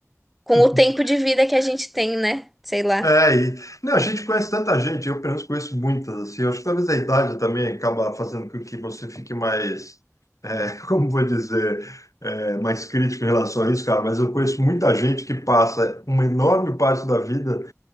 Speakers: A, in the centre; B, on the left.
A: com
B: <laughs>
A: o tempo de vida que a gente tem, né? Sei lá.
B: É, e não, a gente conhece tanta gente, eu pelo menos conheço muitas, assim, eu acho que talvez a idade também acaba fazendo com que você fique mais, <laughs> como vou dizer, é, mais crítico em relação a isso, cara, mas eu conheço muita gente que passa uma enorme parte da vida